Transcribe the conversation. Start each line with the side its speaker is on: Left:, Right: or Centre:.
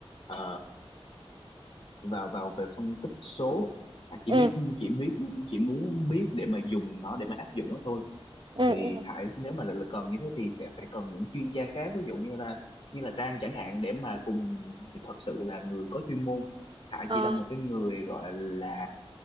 Left: ờ, vào vào về phân tích số Hải chỉ
Right: ừ
Left: biết chỉ biết chỉ muốn biết để mà dùng nó để mà áp dụng nó thôi
Right: ừ
Left: thì
Right: ừ
Left: Hải nếu mà lại là cần như thế thì sẽ phải cần những chuyên gia khác ví dụ như là như là Trang chẳng hạn để mà cùng thật sự là người có chuyên môn Hải
Right: Ờ,
Left: chỉ là một cái người gọi là